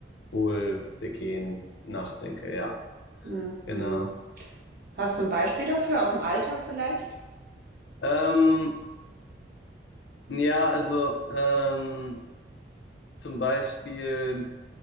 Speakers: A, on the left; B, on the right.
A: Wohlbegehen nachdenke. Ja,
B: Mhm.
A: genau.
B: Mhm. Hast du ein Beispiel dafür aus dem Alltag vielleicht?
A: Ähm, ja, also ähm, zum Beispiel